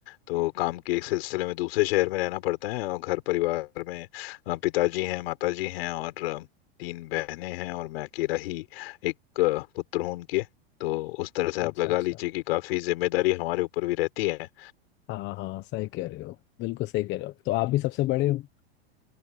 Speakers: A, on the left; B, on the left.
A: तो काम के एक सिलसिले में दूसरे शहर में रहना पड़ता है और घर परिवार में अ, पिताजी हैं माताजी हैं और अ, तीन बहनें हैं और मैं अकेला ही एक अ, पुत्र हूं उनके तो उस तरह से
B: अच्छा
A: आप लगा
B: अच्छा
A: लीजिए कि काफी जिम्मेदारी हमारे ऊपर भी रहती है
B: हाँ हाँ सही कह रहे हो बिल्कुल सही कह रहे हो तो आप भी सबसे बड़े हो